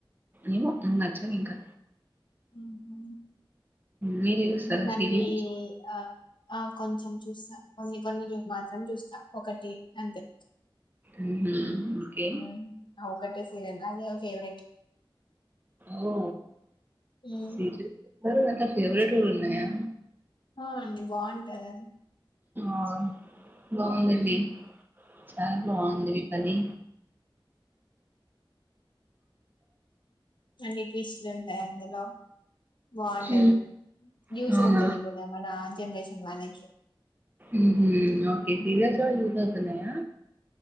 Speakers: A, on the right; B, on the left.
A: ఏమో నచ్చవు ఇంకా
B: మ్మ్ హు
A: మీరు చూస్తారా
B: <unintelligible>
A: సీరియల్స్
B: ఆ ఆ కొంచెం చూస్తా కొన్ని కొన్ని మాత్రం చూస్ స ఒకటి అంతే
A: మ్మ్ హ్మ్ ఓకే
B: హ్మ్ ఆ ఒకటే సీరియల్ నా మీ ఫేవరెట్
A: ఓ
B: హ్మ్.
A: సీరియల్ మరి దాంట్లో ఫెవరెట్ కూడా ఉన్నాయా
B: అవును అండి బాగుంటాది అది
A: ఆవున్ బాగుందండి చాలా బాగుంది అది
B: ట్లాంటి ట్విస్ట్లుంటాయి అందులో బాగుంటది
A: హ్మ్.
B: యూజ్
A: అవునా?
B: అవుతుది కూడా మన జెనరేషన్ వాళ్ళకి
A: మ్మ్ హ్మ్ ఓకే సీరియల్స్ కూడా యూజ్ అవుతున్నాయా